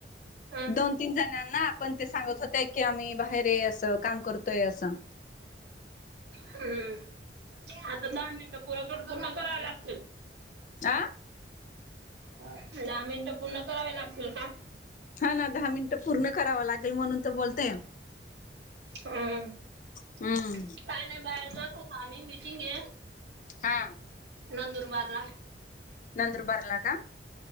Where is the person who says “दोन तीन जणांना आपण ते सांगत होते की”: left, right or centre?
Left